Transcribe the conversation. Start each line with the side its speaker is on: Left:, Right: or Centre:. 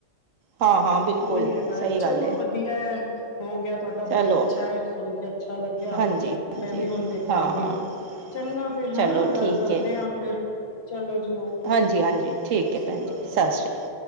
Right: ਹਾਂ -ਹਾਂ। ਬਿਲਕੁਲ
Left: ਉਹੀ ਹੈਗਾ
Right: ਸਹੀ
Left: ਹੈ, ਚਲੋ
Right: ਗੱਲ
Left: ਵਧੀਆ ਹੈ, ਹੋ ਗਿਆ ਤੁਹਾਡਾ
Right: ਚਲੋ
Left: ਬਹੁਤ ਅੱਛਾ ਹੈ, ਸੁਣ ਕੇ ਅੱਛਾ ਲੱਗਿਆ,
Right: ਹਾਂਜੀ ਹਾਂਜੀ
Left: ਮੈਂ ਵੀ ਹੁਣ ਦੇਖਾਂਗੀ।
Right: ਹਾਂ ਹਾਂ
Left: ਚੰਗਾ ਫਿਰ
Right: ਚਲੋ
Left: ਹੈਨਾ,
Right: ਠੀਕ
Left: ਗੱਲ ਕਰਦੇ
Right: ਹੈ
Left: ਹਾਂ ਫਿਰ ਚਲੋ ਜੀ ਓਕੇ
Right: ਹਾਂਜੀ
Left: ਜੀ, ਸਤਿ
Right: ਹਾਂਜੀ ਠੀਕ ਹੈ
Left: ਸ਼੍ਰੀ
Right: ਭੈਣ
Left: ਅਕਾਲ
Right: ਜੀ ਸਤਿ ਸ਼੍ਰੀ ਅਕਾਲ